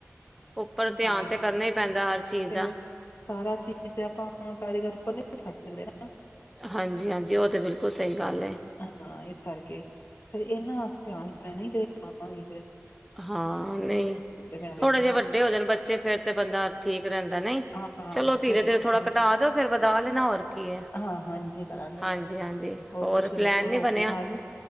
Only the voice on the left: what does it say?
ਹਾਂ
ਤੇ ਸਾਰਾ ਚੀਜ਼ ਆਪਾਂ ਕਾਰੀਗਰ ਉਪਰ ਨੀ ਛੱਡ ਸਕਦੇ ਨਾ।
ਹਾਂ ਇਸ ਕਰਕੇ ਇਹਨਾਂ ਧਿਆਨ ਮੈਂ ਨਹੀਂ ਦੇ ਆਵਾਂਗੀ
ਮੈਂ ਵੀ,
ਚਲੋ
ਹਾਂ
ਫਿਰ ਦੇਖਾਂਗੇ
ਹਾਂ ਹਾਂਜੀ ਕਰਾਂਗੇ
ਹੋਰ
ਤੁਸੀਂ
ਦੱਸੋ
ਰੋਟੀ
ਖਾ ਲਈ